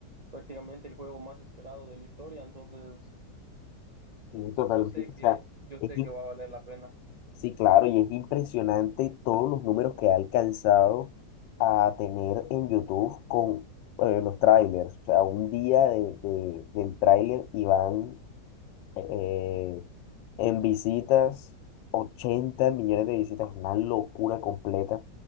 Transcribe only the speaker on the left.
Sí, totalmente.
O
sea,
es
Sí, claro, y es impresionante todos los números que ha alcanzado a tener en YouTube con eh, los trailers. O sea, un día de, de- del trailer y van eh, en visitas 80 millones de visitas, una locura completa.